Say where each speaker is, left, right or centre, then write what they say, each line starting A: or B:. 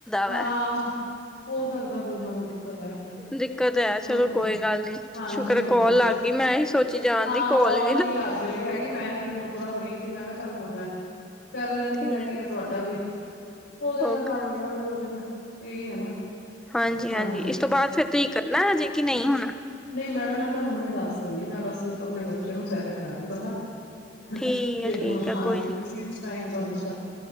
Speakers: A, on the left; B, in the centre.
A: ਹਾਂ-ਹਾਂ
B: ਵਾ
A: ਹੋ ਸਕਦਾ ਕੋਈ ਨਾ ਕੋਈ ਦਿੱਕਤ ਹੈ
B: ਦਿੱਕਤ ਹੈ ਚਲੋ
A: ਹੋਰ
B: ਕੋਈ ਗੱਲ ਨੀ
A: ਹਾਂਜੀ-ਹਾਂਜੀ
B: ਸ਼ੁਕਰ ਕੋਲ ਲੱਗ
A: ਚਲੋ
B: ਗਈ ਮੈਂ ਇਹੀ ਸੋਚੀ ਜਾਣ
A: ਹਾਂ
B: ਦੀ ਕੋਲ
A: ਕਾਲ
B: ਹੀ
A: ਨੀ ਲੱਗ ਰਹੀ ਹੈਗੀ ਮੈਂ ਐਕਚਲੀ ਹੁਣ ਥੋੜਾ ਫ੍ਰਰੀ ਸੀ ਮੈਂ ਕਿਹਾ ਚੱਲ ਹੁਣ ਮੈਂ, ਕਰ ਲੈਂਦੀ
B: ਠੀਕ
A: ਹੈਗੀ ਆ ਤੁਹਾਡਾ ਵੀ ਹੋ ਜੇਗਾ
B: ਓਕੇ
A: ਕੰਮ, ਇਹੀ ਹੈ ਨਾ,
B: ਹਾਂਜੀ-ਹਾਂਜੀ
A: ਹਾਂਜੀ
B: ਇਸ ਤੋਂ ਬਾਅਦ ਫੇਰ ਤੁਸੀਂ ਕਰਨਾ ਹਜੇ, ਕਿ ਨਹੀਂ ਹੂਣ
A: ਨਹੀਂ ਮੈਡਮ ਮੈਂ ਤੁਹਾਨੂੰ ਹੁਣੇ ਦੱਸ ਦਿੰਦੀ ਮੈਂ ਬਸ ਆਪਣੇ ਬੱਚੇ ਨੂੰ ਸੈਰ ਕਰਾ ਰਹੀ ਬਾਹਰ
B: ਠੀਕ
A: ਤੇ
B: ਹੈ ਠੀਕ
A: ਹੁਣ
B: ਹੈ
A: ਹਾਂਜੀ
B: ਕੋਈ ਨੀ
A: ਕਦੀ ਟਾਈਮ, ਤੁਹਾਨੂੰ ਪਤਾ